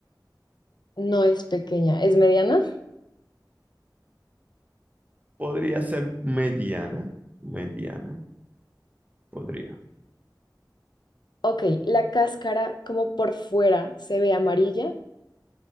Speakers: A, on the left (about 70°); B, on the right (about 20°).
A: No es pequeña, ¿es mediana?
B: Podría ser mediana. Mediana, podría.
A: Ok, la cáscara como por fuera se ve amarilla,